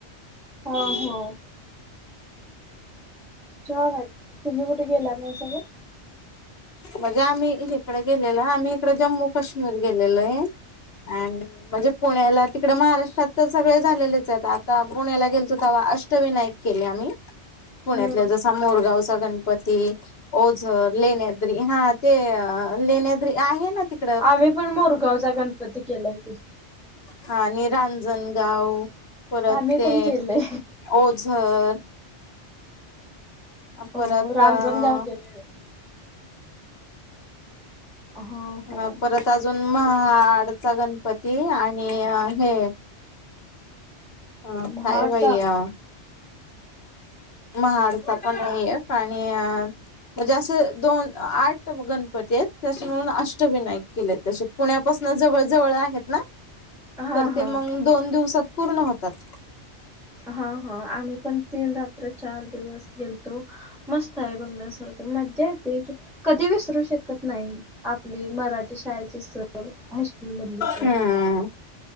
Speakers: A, in the centre; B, on the left.
A: हो हो छानय, तुम्ही कुठे गेला नाहीसा ते?
B: म्हजे आम्ही इकडें गेलेल. आम्ही इकडे जम्मू काश्मीर गेलेलोय आणि म्हणजे पुण्याला. तिकड महाराष्ट्रात तर सगळेच झालेलेचयत. आता पुण्याला गेलतो तव्हा अष्टविनायक केले आम्ही पुण्यातला
A: हम्म
B: जसा मोरगावचा गणपती, ओझर, लेण्या द्री हा ते लेण्याद्री आहे ना तीक
A: आम्ही पण मोरगावचा गणपती केलाय की
B: हा आणि रांजणगाव, परत
A: आम्ही
B: ते
A: पण केलंय.
B: ओझर‌
A: हो
B: परत
A: रांजणगाव
B: अं
A: केलंय. हो हो.
B: अ परत आजून, महाडचा गणपती, आणि हे हं
A: महाडचा.
B: काय बाई अ महाडचा पणय एक, आणि अ म्हणजे असे दोन आठ गणपतीयेत, तशे मिळून अष्टविनायक केलेत तशे पुण्यापासून जवळ जवळ आहेत ना,
A: हा
B: तर
A: हा
B: ते मग दोन दिवसात पूर्ण होतात
A: हा हा आम्ही पण तीन रात्र चार दिवस गेलतो मस्तय बघण्यासार खरतर मज्जा येते कधी विसरू शकत नाही. आपली मराठी शाळेची सहल हायस्कूल मधली सहल
B: हम्म